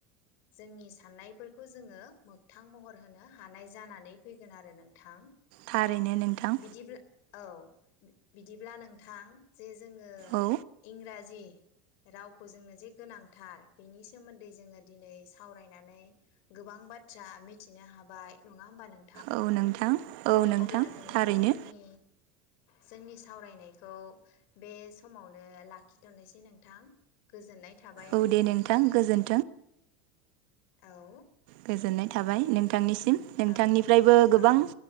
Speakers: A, on the left; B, on the right.
A: जोंनि साननायफोरखौ जोङो मोगथां महर होनो हानाय जानानै फैगोन आरो नोंथां।
B: थारैनो नोंथां
A: बिदिब्ला औ बि बिदिब्ला नोंथां जे जोङो
B: औ
A: इंराज जि रावखौ जोंनो जे गोनां थार बेनि सोमोन्दै जोङो दिनै सावरायनानै गोबां बाथ्रा मिथिनो हाबाय नङा होमबा नों
B: औ नोंथां। औ नोंथां
A: अब्ला जोङो
B: थारैनो
A: जोंनि जोंनि सावरायनायखौ बे समावनो लाखिथ'निसै नोंथां गोजोननाय थाबाय
B: औ दे नोंथां गोजोन्थों।
A: औ।
B: गोजोननाय थाबाय नोंथांनिसि नोंथांनिफ्रायबो
A: औ
B: गोबां
A: औ